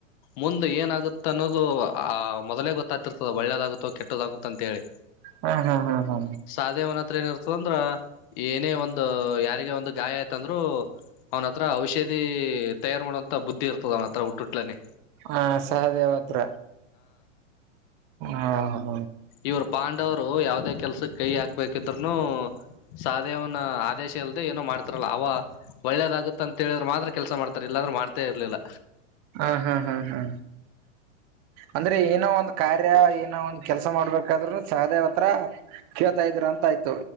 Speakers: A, on the left; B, on the right.
A: ಮುಂದೆ ಏನಾಗುತ್ತೆ ಅನ್ನೋದು ಆ ಮೊದಲೇ ಗೊತ್ತಾಗ್ತಿರ್ತದ ಒಳ್ಳೇದಾಗುತ್ತೋ ಕೆಟ್ಟದಾಗುತ್ತ ಅಂತ ಹೇಳಿ
B: ಹಾ ಹಾ ಹಾ ಹಾ
A: ಸಾಧೇವ ಅವನ ಹತ್ರ ಏನಿ ಸಂದ್ರ ಏನೇ ಒಂದು ಯಾರಿಗೆ ಒಂದು ಗಾಯ ಆಯ್ತಂದ್ರು ಅವ್ನ ಹತ್ರ ಔಷಧಿ ತಯಾರು ಮಾಡೋುವಂತ ಬುದ್ಧಿ ಇರ್ತದ ಅವನ ಹತ್ರ ಹುಟ್ಟುಟ್ಲನನೆ
B: ಹಾ ಸಹ ದೇವತ್ರ ಹಾ ಹ
A: ಇವರು ಪಾಂಡವ್ರು ಯಾವದೇ ಕೆಲ್ಸಕ್ ಕೈ ಹಾಕ್ಬೇಕಿದ್ರುನು ಸಹಧೇವನ ಆದೇಶ ಅಲ್ದೆ ಏನೋ ಮಾಡ್ತಾರ ಅವ ಒಳ್ಳೇದಾಗುತ್ತ ಅಂತೇಳಿದ್ರೆ ಮಾತ್ರ ಕೆಲ್ಸ ಮಾಡ್ತಾರೆ ಇಲ್ಲಾಂದ್ರೆ ಮಾಡ್ತೇ ಇರ್ಲಿಲ್ಲ
B: ಹಾ ಹಾ ಹಾ ಹಾ ಅಂದ್ರೆ ಏನೋ ಒಂದ್ ಕಾರ್ಯ ಏನೋ ಒಂದ್ ಕೆಲ್ಸ ಮಾಡ್ಬೇಕಾದ್ರು ಸಹದೇವ್ತ್ರ ಕೇಳ್ತಾ ಇದ್ರ ಅಂತ ಆಯತು